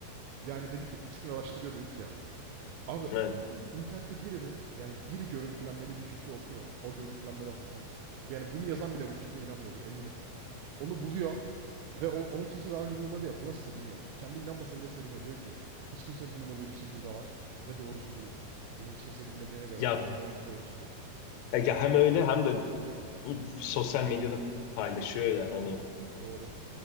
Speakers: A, on the right (about 80°); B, on the left (about 85°).
A: Yani dedik ya 3 gün araştırıyor dedik ya. Abi
B: Evet.
A: internette birinin yani bir görüntülenmeli bir fikri okuyor. O görüntülenmede Hasan. Yani bunu yazan bile bu fikre inanmıyordur eminim. Onu buluyor ve o, onu kimse daha önce duymadı ya buna seviniyor. Kendi inanmasa bile seviniyor. Diyor ki hiç kimsenin duymadığı bir şey burada var ve doğrusu budur. Bunu hiç kimse bilmediğine göre
B: Ya,
A: demek ki doğrusu bu.
B: ya hem öyle hem de sosyal medyada paylaşıyor ya hani
A: Doğru.